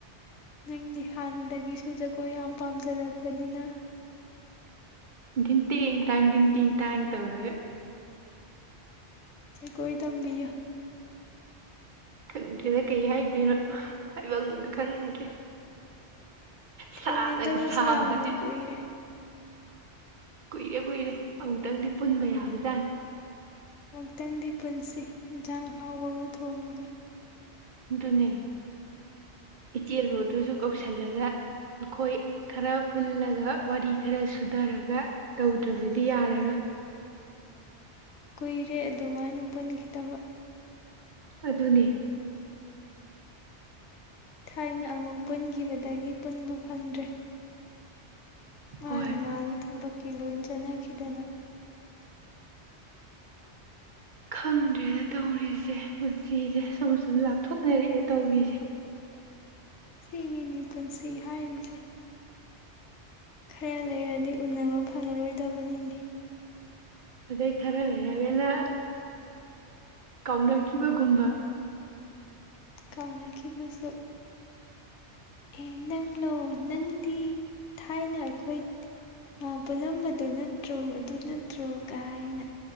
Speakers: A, on the left; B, on the right.
A: ꯅꯪꯗꯤ ꯍꯥꯟꯅꯗꯒꯤꯁꯨ ꯖꯒꯣꯏ ꯌꯥꯝ ꯄꯥꯝꯖꯔꯛꯄꯅꯤꯅ
B: ꯦꯡꯇꯦꯡ ꯇꯥꯡ ꯤꯡ ꯇꯦꯡ ꯇꯥꯡ ꯇꯧꯔꯒ
A: ꯀꯣꯏ ꯇꯝꯕꯤ
B: ꯈꯪꯗꯦꯗ ꯀꯩ ꯍꯥꯏꯗꯣꯏꯅꯣ ꯍꯥꯏꯕꯒ ꯈꯪꯗ꯭ꯔꯦ ꯁꯅꯒ
A: ꯊꯦꯡꯅꯗꯕꯁꯨ
B: ꯁꯥꯕꯖꯤꯗ
A: ꯌꯥꯝꯅ ꯀꯨꯏꯔꯦ
B: ꯀꯨꯏꯔꯦ ꯀꯨꯏꯔꯦ ꯑꯃꯨꯛꯇꯪꯗꯤ ꯄꯨꯟꯕ ꯌꯥꯕꯖꯥꯠꯅꯤ
A: ꯑꯃꯨꯛꯇꯪꯗꯤ ꯄꯨꯟꯁꯤ ꯌꯦꯟꯖꯥꯡ ꯍꯥꯎꯕ ꯑꯃ ꯊꯣꯡꯉꯒ
B: ꯑꯗꯨꯅꯦ ꯏꯆꯦꯜꯂꯣ ꯑꯗꯨꯁꯨ ꯀꯧꯁꯤꯜꯂꯒ ꯑꯩꯈꯣꯏ ꯈꯔ ꯄꯨꯜꯂꯒ ꯋꯥꯔꯤ ꯈꯔ ꯁꯨꯊꯔꯒ ꯇꯧꯗ꯭ꯔꯕꯗꯤ ꯌꯥꯔꯔꯣꯏ
A: ꯀꯨꯏꯔꯦ ꯑꯗꯨꯃꯥꯏꯅ ꯄꯨꯟꯈꯤꯗꯕ
B: ꯑꯗꯨꯅꯤ
A: ꯊꯥꯏꯅ ꯑꯃꯨꯛ ꯄꯨꯟꯈꯤꯕꯗꯒꯤ ꯄꯨꯟꯕ ꯐꯪꯗ꯭ꯔꯦ ꯃꯥꯒꯤ
B: ꯍꯣꯏ
A: ꯃꯥꯒꯤ ꯊꯕꯛꯀꯤ ꯂꯣꯏ ꯆꯠꯅꯈꯤꯗꯅ
B: ꯈꯪꯗ꯭ꯔꯦꯗ ꯇꯧꯔꯤꯁꯦ ꯄꯨꯟꯁꯤꯁꯦ ꯁꯨꯝ ꯁꯨꯝ ꯂꯥꯞꯊꯣꯛꯅꯔꯛꯑꯦ ꯇꯧꯔꯤꯁꯦ
A: ꯁꯤꯅꯦꯅꯦ ꯄꯨꯟꯁꯤ ꯍꯥꯏꯔꯤꯁꯦ ꯈꯔ ꯂꯩꯔꯗꯤ ꯎꯅꯕ ꯐꯪꯉꯔꯣꯏꯗꯕꯅꯤꯅꯤ
B: ꯑꯗꯩ ꯈꯔ ꯂꯩꯔꯒꯅ ꯀꯥꯎꯅꯈꯤꯕꯒꯨꯝꯕ
A: ꯀꯥꯎꯅꯈꯤꯕꯁꯨ ꯑꯦ ꯅꯪꯂ ꯂꯣ ꯅꯪꯗꯤ ꯊꯥꯏꯅ ꯑꯩꯈꯣꯏ ꯄꯨꯜꯂꯝꯕꯗꯨꯣ ꯅꯠꯇ꯭ꯔꯣ ꯑꯗꯨ ꯅꯠꯇ꯭ꯔꯣ ꯀꯥꯏꯅ